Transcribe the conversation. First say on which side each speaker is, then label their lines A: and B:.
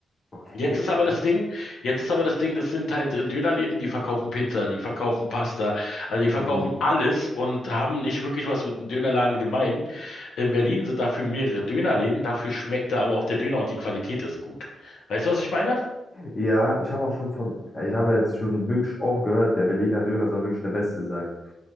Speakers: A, on the left; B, on the left.
A: Okay,
B: Jetzt ist
A: krass.
B: aber das Ding, jetzt ist aber das Ding, das sind halt äh, Dönerläden, die verkaufen Pizza, die verkaufen Pasta, also die verkaufen
A: Hm.
B: alles und haben nicht wirklich was mit einem Dönerladen gemein. In Berlin sind dafür mehrere Dönerläden, dafür schmeckt da aber auch der Döner und die Qualität ist gut. Weißt du, was ich meine?
A: Ja, ich habe auch schon von, ich habe jetzt schon wirklich oft gehört, der Berliner Döner soll wirklich der beste sein.